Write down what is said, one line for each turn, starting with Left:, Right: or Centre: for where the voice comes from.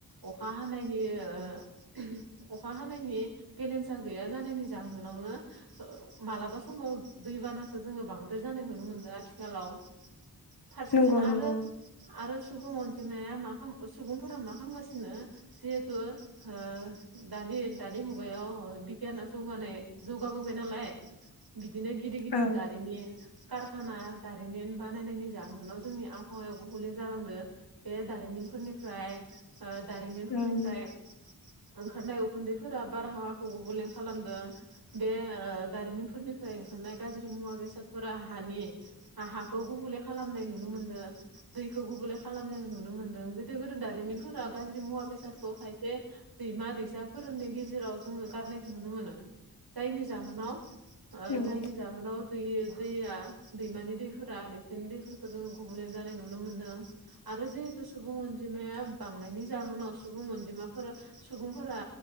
Right: अखा हानायनि ओ <unintelligible> अखा हानायनि बेलेन्सा गैया जानायनि जाहोनावनो ओ मालाबा समाव दैबानाखो जोङो बांद्राय जानाय नुनो मोनदो आथिखालाव। फारसेथिं
Left: नंगौ
Right: आरो
Left: नंगौ
Right: आरो सुबुं अनजिमाया मा खाम ओ सुबुंफोरा मा खामगासिनो जिहेतु हो दानि दानि मुगायाव ओ बिगियाना जौगानाय जौगाबोबाय नालाय बिदिनो गिदिर गिदिर
Left: औ
Right: दारिमिन कारखाना दारिमिन बानायनायनि जाहोनाव जोंनि आबहावाया गुबले जालांदो बे दारिमिनफोरनिफ्राय ओ दारिमिनफोरनिफ्राय
Left: ओं
Right: ओंखारनाय उखुन्दैफोरा बारहावाखौ गुबुले खालामदों बे ओ दारिमिनफोरनिफ्राय ओंखारनाय गाज्रि मुवा बेसादफोरा हानि आ हाखौ गुबुले खालामनाय नुनो मोनदो दैखौ गुबुले खालामनाय नुनो मोन्दों गोदो गोदो दारिमिनफोरा गाज्रि मुवा बेसादखौ खायसे दैमा -दैसाफोरनि गेजेराव जोङो गारनायखौ नुनो मोनो जायनि जाहोनाव ओ
Left: नंगौ
Right: जायनि जाहोनाव दैयो दैया दैमानि दैफोरा लैथोनि दैफोरखो जोङो गुबुंले जानाय नुनो मोन्दों। आरो जिहेतु सुबुं अनजिमाया बांनायनि जाहोनाव सुबुं अनजिमाफोरा सुबुंफोरा